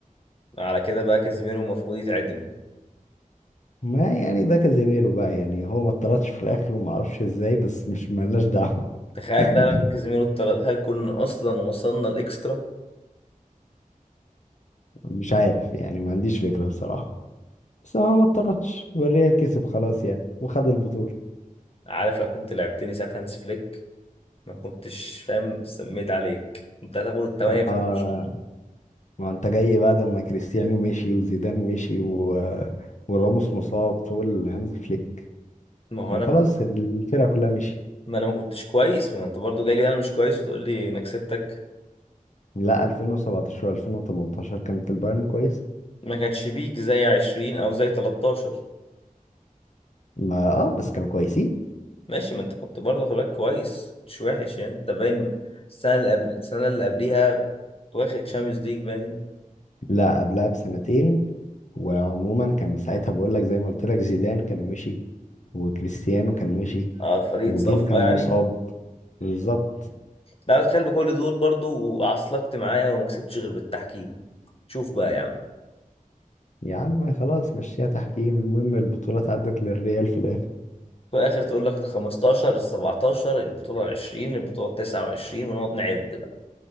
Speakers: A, on the left; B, on the left.
A: على كده بقى كازيميرو المفروض يتعدم
B: ما يعني ده كازيميرو بقى يعني هو ما اتطردش في الاخر وما اعرفش ازاي بس مش ملناش دعوه
A: تخيل
B: <laughs>
A: بقى لو كان كازيميرو اتطرد هل كنا اصلا وصلنا الاكسترا
B: مش عارف يعني ما عنديش فكرة بصراحة بس هو ما اتطردش والريال كسب خلاص يعني وخد البطولة
A: عارف لو كنت لعبتني ساعة هانس فليك ما كنتش فاهم سميت عليك انت هتاخد الثمانية
B: ما
A: بتاعت برشلونة
B: ما انت جاي بعد ما كريستيانو مشي وزيدان مشي و... وراموس مصاب تقول هانز فليك
A: ما هو
B: ما
A: انا
B: خلاص
A: كنت
B: الفرقة كلها مشيت
A: ما انا ما كنتش كويس ما انت برضو جاي لي انا مش كويس وتقول لي انا كسبتك
B: لا 2017 2018 كانت البايرن كويس
A: ما كانش بيك زي 20 او زي 13
B: ما اه بس كانوا كويسين
A: ماشي ما انت كنت برضه خد بالك كويس مش وحش يعني انت باين السنة اللي قبل السنة اللي قبليها واخد تشامبيونز ليج باين
B: لا قبلها بسنتين وعموما كان ساعتها بقول لك زي ما قلت لك زيدان كان مشي وكريستيانو كان مشي
A: اه فريق
B: وبيل
A: صفى
B: كان
A: يعني
B: مصاب بالظبط
A: لا تخيل بكل دول برضو وعصلكت معايا وما كسبتش غير بالتحكيم شوف بقى يا عم
B: يا عم خلاص مشيها تحكيم المهم البطولة عدت للريال في الآخر
A: في الاخر تقول لك ال 15 ال 17 البطوله ال 20 البطوله ال 29 ونقعد نعد بقى